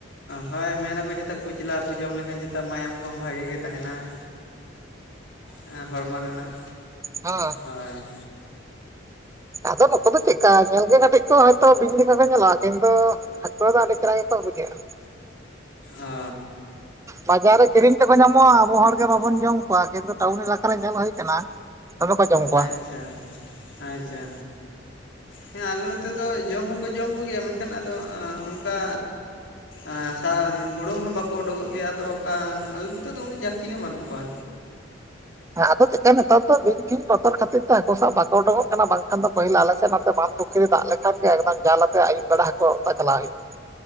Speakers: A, on the left; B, on the right.
A: ᱦᱚᱭ ᱢᱮᱱᱟᱠᱚ ᱪᱮᱛᱟ ᱠᱩᱪᱞᱟ. ᱦᱟ. ᱠᱩ ᱡᱚᱢ ᱞᱮᱠᱷᱟᱱ ᱪᱮᱛᱟ ᱢᱟᱭᱟᱢ ᱠᱚᱦᱚᱸ ᱵᱷᱟᱜᱤ ᱜᱮ ᱛᱟᱦᱮᱱᱟ ᱾ ᱦᱮᱸ ᱦᱚᱲᱢᱚ ᱨᱮᱱᱟᱜ
B: ᱦᱮᱸ
A: ᱦᱳᱭ,
B: ᱟᱫᱚ ᱱᱩᱠᱩ ᱫᱚ ᱪᱤᱠᱟ ᱧᱮᱞ ᱜᱮ ᱠᱟᱹᱴᱤᱡ ᱦᱚᱭᱛᱚ ᱵᱤᱧ ᱞᱮᱠᱟ ᱠᱚ ᱧᱮᱞᱚᱜ-ᱟ, ᱠᱤᱱᱛᱩ ᱦᱟᱹᱠᱩ ᱫᱚ ᱟᱹᱰᱤ ᱪᱮᱦᱨᱟ ᱜᱮᱠᱚ ᱵᱩᱡᱷᱟᱹᱜ-ᱟ,
A: ᱚ
B: ᱵᱟᱡᱟᱨ ᱨᱮ ᱠᱤᱨᱤᱧ <inaudible> ᱧᱟᱢᱚᱜ-ᱟ ᱟᱵᱚ ᱦᱚᱲᱜᱮ ᱵᱟᱵᱚᱱ ᱡᱚᱢ ᱠᱚᱣᱟ ᱠᱤᱱᱛᱩ ᱴᱟᱣᱩᱱ ᱮᱞᱟᱠᱟ ᱨᱮ ᱧᱮᱞ ᱦᱩᱭ ᱠᱟᱱᱟ ᱫᱚᱢᱮ ᱠᱚ ᱡᱚᱢ ᱠᱚᱣᱟ
A: ᱟᱪᱪᱷᱟ, ᱟᱪᱪᱷᱟ᱾ ᱦᱮᱸ ᱟᱞᱮ ᱱᱚᱛᱮ ᱫᱚ ᱡᱚᱢ ᱦᱚᱸᱠᱚ ᱡᱚᱢ ᱠᱚᱜᱮᱭᱟ ᱢᱮᱱᱠᱷᱟᱱ ᱟᱫᱚ ᱚᱱᱠᱟ ᱟᱸ ᱥᱟ ᱩᱰᱩᱝ ᱦᱚᱸ ᱵᱟᱠᱚ ᱩᱰᱩᱠᱚᱜ ᱜᱮᱭᱟ ᱛᱚ ᱚᱱᱠᱟᱱ ᱟᱞᱮ ᱱᱮᱛᱮ ᱫᱚ ᱩᱱᱟᱹᱜ ᱡᱟᱹᱥᱛᱤ ᱦᱚᱸ ᱵᱟᱹᱱᱩᱜ ᱠᱚᱣᱟ᱾
B: ᱦᱮᱸ ᱟᱫᱚ ᱪᱮᱫᱠᱟ ᱱᱮᱛᱟᱨ ᱫᱚ ᱵᱤᱧ ᱯᱷᱤᱧ ᱵᱚᱛᱚᱨ ᱠᱷᱟᱹᱛᱤᱨ ᱛᱮ ᱦᱟᱹᱠᱩ ᱥᱟᱵ ᱵᱟᱠᱚ ᱩᱰᱩᱠᱚᱜ ᱠᱟᱱᱟ ᱵᱟᱝᱠᱷᱟᱱ ᱫᱚ ᱯᱟ. ᱦᱤᱞ ᱟᱞᱮ ᱥᱮᱫ ᱱᱚᱛᱮ ᱵᱟᱱᱫᱷ ᱯᱩᱠᱷᱨᱤ ᱫᱟᱜ ᱞᱮᱠᱷᱟᱱ ᱜᱮ ᱮᱠᱫᱚᱢ ᱡᱟᱞ ᱟᱛᱮ ᱟᱹᱭᱩᱵ ᱵᱮᱲᱟ ᱦᱟᱠᱩ ᱚᱛᱟ ᱪᱟᱞᱟᱣ ᱦᱩᱭᱩᱜ-ᱟ ᱾